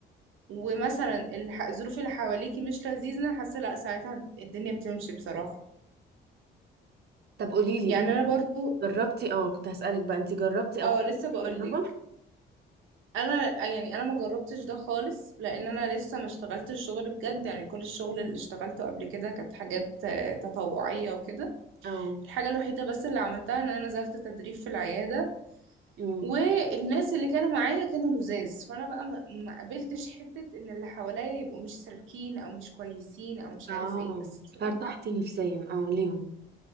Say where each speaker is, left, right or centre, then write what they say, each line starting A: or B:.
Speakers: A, on the right; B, on the right.
A: ومثلا الح- الظروف اللي حواليكي مش لذيذه حاسه لا ساعتها الدنيا بتمشي بصراحه
B: طب قولي لي
A: يعني
B: انت
A: انا برضو
B: جربتي اه كنت هسألك بقى انت جربتي
A: اه
B: او خدتي
A: لسه بقولك
B: تجربه
A: انا يعني انا ما جربتش ده خالص لان انا لسه ما اشتغلت الشغل بجد يعني كل الشغل اللي اشتغلته قبل كده كانت حاجات آه، تطوعية وكده
B: اه
A: الحاجة الوحيدة بس اللي عملتها ان انا نزلت تدريب في العيادة
B: امم
A: والناس اللي كانوا معايا كانوا لزاز فانا بقى ما ما قابلتش حتة ان اللي حواليا يبقوا مش سالكين او مش كويسين او مش
B: اه
A: عارف ايه بس بصراحة
B: ارتحتي نفسيا اه ليهم